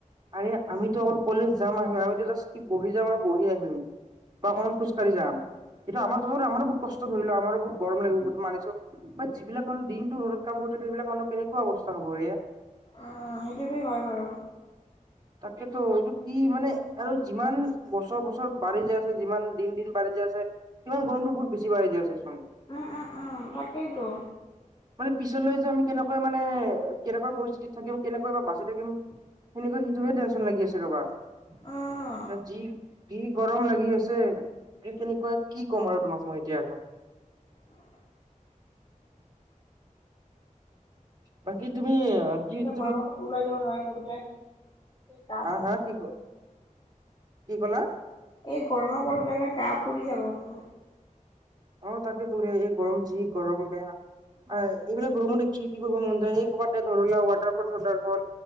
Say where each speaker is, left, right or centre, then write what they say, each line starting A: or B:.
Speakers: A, on the right; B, on the left.
A: আৰে আমিতো অকল কলেজ যাম আহিম আমো জাষ্ট বহি যাম আৰু বহি আহিম মই অকণমান খোজকাঢ়ি যাম সেইটো আমাৰ তত আমাৰো বহুত কষ্ট আমাৰো বহুত গৰম লাগিব সেইমানিছো বা যিবিলাক মানুহ দিনটো ৰ'দ কাম কৰি ব এইবিলাক মানুহ কেনেকুৱা অৱস্থা হ'ব এয়া।
B: উম সেইটোতো হয় বাৰু
A: তাকেতো এইটো কি মানে আৰু যিমান বছৰ বছৰ বাঢ়ি যাই আছে যিমান দিন দিন বাঢ়ি আছে কিমান গৰমটো বহু বেছি বাঢ়ি যায় আছে চোন।
B: উম উম উম তাকেইতো
A: মানে পিছলৈ য আমি কেনেকৈ মানে কেনেকুৱা পৰিস্থিতি থাকিম কেনেকৈ বা বাচি থাকিম সেনেকৈ সেইটোহে টেনচন লাগি আছে ৰ'বা
B: উম
A: যি কি গৰম লাগি আছে কি কেনেকুৱা কি ক'ম আৰু তোমাক মই এতিয়া আকৌ
B: <inaudible>
A: বাকী
B: তেয়
A: তুমি
B: বহুত গৰময়া
A: কি তুমি
B: গৰমৰ কতো ওলাই যাব নোৱাৰি ন গোটেই গা
A: হা
B: চা
A: হা কি কি ক'লা
B: এই গৰমত গলে গা পৰি যাব ম
A: অ তাকে তোৰে এই গৰম যি গৰম বেয়া এইবিলাক গ্ৰহমণ দেখছিল কি কৰিবব মন্দিৰ স এই কবাৰ ধলা ৱটাৰফল টাৰফল